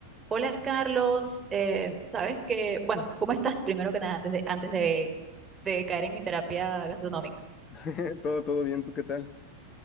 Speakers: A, on the right (about 20°); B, on the left (about 30°).
A: Hola Carlos, Eh, sabes que, bueno, ¿cómo estás primero que nada antes de, antes de, de caer en mi terapia gastronómica?
B: <laughs> Todo, todo bien, ¿tú qué tal?